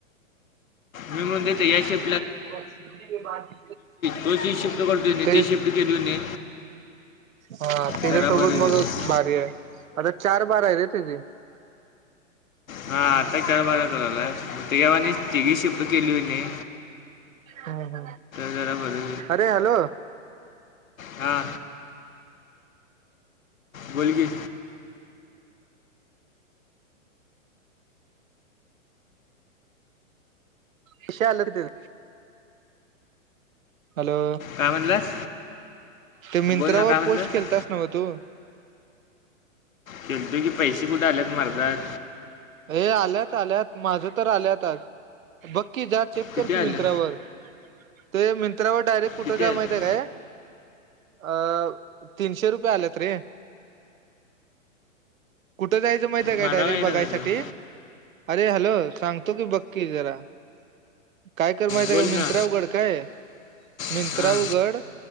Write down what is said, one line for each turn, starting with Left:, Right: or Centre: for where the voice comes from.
Left: मी म्हणतोय ती याशीस.
Right: हम् हम्
Left: तो जी शिफ्ट करतोय ना
Right: ते
Left: ती
Right: <unintelligible>
Left: शिफ्ट केली होती
Right: हा त्याच्यासोबत
Left: जरा बरं
Right: मग
Left: होईल
Right: भारी हाय, आर चार बारा हाय रे तेजी.
Left: हा आता चार बारा करालाय, तेच्यावाणी तीघी शिफ्ट केली व्हय नी.
Right: हा हा.
Left: जरा बरं
Right: अरे हॅलो.
Left: हा. बोल की
Right: पैसे आलं घरी. हॅलो.
Left: कायं म्हणलास?
Right: ते मिंत्रावर
Left: बोल ना काय म्हणलास
Right: पोस्ट केलतास नव्ह तु?
Left: गेलतो की. पैसे कुठं आल्यात मला तर.
Right: हे आल्यात - आल्यात. माझं तर आल्यात आज. बक्की जा. चेक
Left: किती
Right: कर की,
Left: आले
Right: मिंत्रावर. ते मिंत्रावर डायरेक्ट कुठं
Left: किती
Right: जा?
Left: आले
Right: माहितंय काय? अ तीनशे रुपये आल्यात रे. कुठं जायचं, माहितंय का?
Left: मला
Right: डायरेक्ट
Left: काही
Right: बघायसा
Left: नाही झालं
Right: अरे, हॅलो. सांगतो की, बक्की जरा. काय कर माहितंय
Left: बोल
Right: का? मिंत्रा
Left: ना
Right: उगड, काय? मिंत्रा
Left: हां
Right: उघड